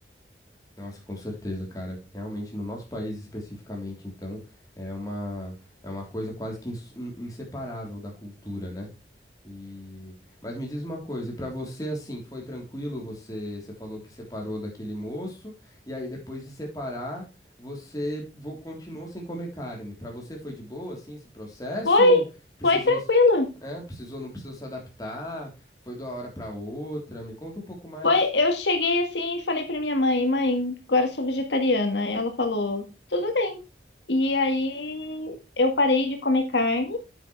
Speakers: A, on the left; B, on the left.
A: Nossa, com certeza, cara. Realmente, no nosso país especificamente, então, é uma, é uma coisa quase que ins- in- inseparável da cultura, né? E... Mas me diz uma coisa, e pra você, assim, foi tranquilo? Você, você falou que separou daquele moço, e aí depois de separar, você vo- continuou sem comer carne. Pra você foi de boa, assim, esse processo?
B: Foi,
A: Ou precisou,
B: foi tranquilo.
A: s- é, precisou, não precisou se adaptar? Foi de uma hora pra outra? Me conta um pouco mais.
B: Foi, eu cheguei assim e falei pra minha mãe, mãe, agora eu sou vegetariana. E ela falou, tudo bem. E aí eu parei de comer carne